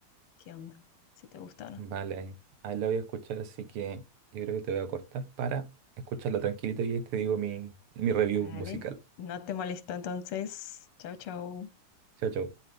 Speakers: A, on the left (about 80°); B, on the right (about 80°).
A: qué onda, si te gusta o no.
B: Vale, ahí ahí la voy a escuchar, así que yo creo que te voy a cortar para escucharla tranquilito y ahí te digo mi, mi review
A: Vale.
B: musical.
A: No te molesto entonces. Chau, chau.
B: Chao, chao.